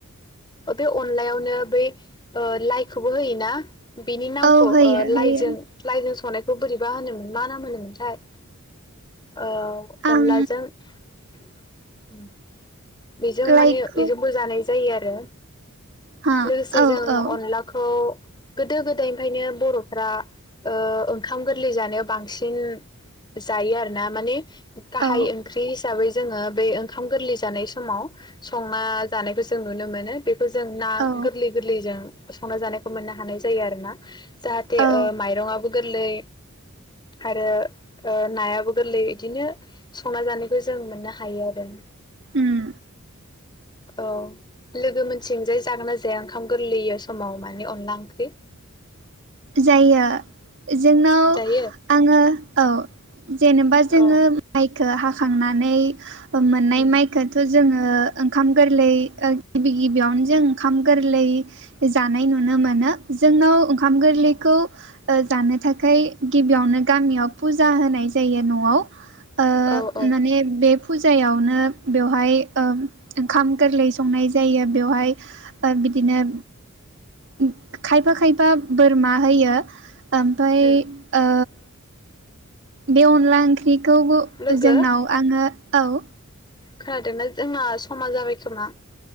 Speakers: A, on the left (about 20°); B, on the right (about 60°).
A: बे अनलायावनो बै ओ लाइखौबो होयोना? बिनि नामखौ
B: औ होयो
A: ओ
B: होयो
A: लाइजों लाइजों संनाय खौ बोरैबा होनोमोन मा नाम होनोमोन? थाय ओ अनलाजों
B: आं
A: उम बेजों
B: लाइकखौ
A: माने बेजोंबो जानाय जायो आरो
B: हा
A: लोगोसे
B: औ
A: जों
B: औ
A: अनलाखौ गोदो गोदायनिफ्रायनो बर'फ्रा ओ ओंखाम गोरलै जानायाव बांसिन जायो आरो ना माने गाहाय
B: औ
A: ओंख्रि हिसाबै जोङो बे ओंखाम गोरलै जानाय समाव संना जानायखौ जों नुनो मोनो बे खौ जों ना
B: औ
A: गोरलै गोरलैजों संना जानायखौ मोननो हानाय जायो आरो ना। जाहाथे
B: औ
A: ओ माइरंआबो गोरलै आरो ओ नायाबो गोरलै बिदिनो संना जानायखौ जों मोननो हायो आरो।
B: उम
A: औ लोगो मोनथिंजाय जागोन ना जाया ओंखाम गोरलै समाव माने अनला ओंख्रि?
B: जायो जोंनाव
A: जायो
B: आङो औ जेनेबा जोङो
A: औ
B: माइखो हाख खांनानै मोननाय
A: उम
B: माइखोथ' जोङो ओ-ओंखाम गोरलै ओ गिबि गिबियावनो जों ओंखाम गोरलै जानाय नुनो मोनो जोंनाव ओंखाम गोरलैखौ ओ जानो थाखाय गिबियावनो गामियाव फुजा होनाय जायो न'आव ओ
A: औ औ
B: माने बे फुजायावनो बेवहाय ओ ओंखाम गोरलै संनाय जायो बेवहाय ओ बिदिनो उम खायफा खायफ बा बोरमा होयो ओमफाय
A: उम
B: ओ बे अनला ओंख्रि खौबो
A: लोगो
B: जोंनाव आंङो औ
A: खोनादोंना जोंना समा जाबाय खोमा?